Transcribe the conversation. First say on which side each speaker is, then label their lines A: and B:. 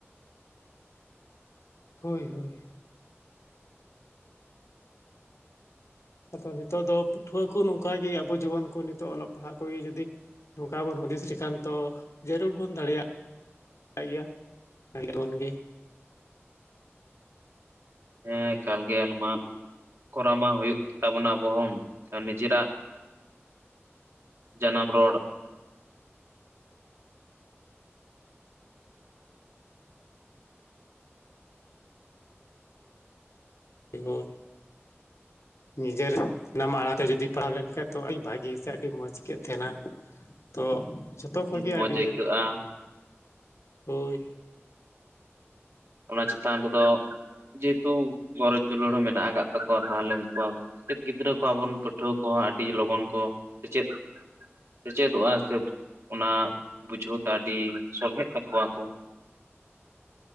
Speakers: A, on the left; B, on the right.
A: ᱦᱳᱭ ᱦᱳᱭ᱾ ᱟᱫᱚ ᱱᱤᱛᱚᱜ ᱫᱚ ᱯᱟᱹᱴᱷᱣᱟᱹ ᱠᱚ ᱱᱚᱝᱠᱟ ᱜᱮ ᱟᱵᱚ ᱡᱩᱣᱟᱹᱱ ᱠᱚ ᱱᱤᱛᱚᱜ ᱚᱞᱚᱜ ᱯᱟᱲᱦᱟᱜ ᱠᱚᱜᱮ ᱡᱩᱫᱤ ᱱᱚᱝᱠᱟ ᱵᱚᱱ ᱦᱩᱫᱤᱥ ᱞᱮᱠᱷᱟᱱ ᱛᱚ ᱡᱟᱹᱨᱩᱲ ᱵᱚᱱ ᱫᱟᱲᱮᱭᱟᱜ ᱠᱟᱜ ᱜᱮᱭᱟ ᱵᱚᱱ ᱜᱮ
B: ᱦᱮᱸ ᱠᱟᱱ ᱜᱮᱭᱟ ᱱᱚᱣᱟ ᱢᱟ ᱠᱚᱨᱟᱣ ᱢᱟ ᱦᱩᱭᱩᱜ ᱜᱮ ᱛᱟᱵᱚᱱᱟ ᱟᱵᱚ ᱦᱚᱸ, ᱱᱤᱡᱮᱨᱟᱜ ᱡᱟᱱᱟᱢ ᱨᱳᱲ
A: ᱤᱧ ᱦᱚᱸ
B: <inaudible> <inaudible>
A: ᱱᱤᱡᱮᱨ ᱱᱟᱢ ᱟᱲᱟᱝ ᱛᱮ ᱡᱩᱚᱫᱤ ᱯᱟᱲᱦᱟᱣ ᱞᱮᱱᱠᱟᱱᱡ ᱛᱚ ᱟᱹᱰᱤ ᱵᱷᱟᱜᱤ ᱥᱮ ᱟᱹᱰᱤ ᱢᱚᱸᱡ ᱟᱹᱭᱟᱹᱜ ᱛᱟᱦᱮᱸᱱᱟ᱾ ᱛᱚ ᱡᱷᱚᱛᱚ ᱠᱷᱚᱡ ᱜᱮ
B: ᱢᱚᱸᱡᱽ
A: ᱟᱹᱰᱤ
B: ᱟᱹᱭᱠᱟᱹᱜᱼᱟ
A: ᱦᱳᱭ
B: ᱚᱱᱟ ᱪᱮᱛᱟᱱ ᱨᱮᱫᱚ ᱡᱮᱦᱮᱛᱩ ᱜᱚᱨᱚᱡ ᱫᱩᱞᱟᱹᱲ ᱦᱚᱸ ᱢᱮᱱᱟᱜ ᱠᱟᱫ ᱛᱟᱠᱚᱣᱟ ᱛᱟᱦᱞᱮ ᱩᱱᱠᱚᱣᱟᱜ ᱥᱮᱫ ᱜᱤᱫᱽᱨᱟᱹ ᱠᱚᱣᱟ ᱵᱚᱱ ᱯᱟᱹᱴᱷᱩᱣᱟᱹ ᱠᱚᱦᱚᱸ ᱟᱹᱰᱤ ᱞᱚᱜᱚᱱ ᱠᱚ ᱥᱮᱪᱮᱫ ᱥᱮᱪᱮᱫᱚᱜᱼᱟ ᱥᱮ ᱚᱱᱟ ᱵᱩᱡᱷᱟᱹᱣ ᱛᱮ ᱟᱹᱰᱤ ᱥᱚᱞᱦᱮᱜ ᱛᱠᱚᱣᱟ ᱟᱠᱚ